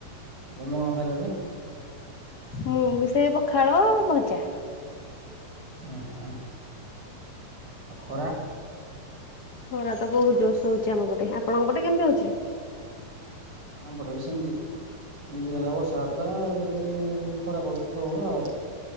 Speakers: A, on the right; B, on the left.
A: ତମେ କଣ ଖାଇଲ ଯେ?
B: ମୁଁ ବି ସେଇ ପଖାଳ ଭଜା।
A: ଉଁ, ହୁଁ ଆଉ ଖରା?
B: ଖରା ତ ବହୁତ ଜୋରସେ ହଉଛି ଆମ ପଟେ। ଆପଣଙ୍କ ପଟେ କେମିତି ହଉଛି?
A: ଆମ ପଟେ ବି ସେମିତି। ଦିନେ ଦିନେ ବର୍ଷା ହେଉଥିଲା ଏଠି ଖରା କଡ଼ୁଛି ପ୍ରବଳ ଆଉ।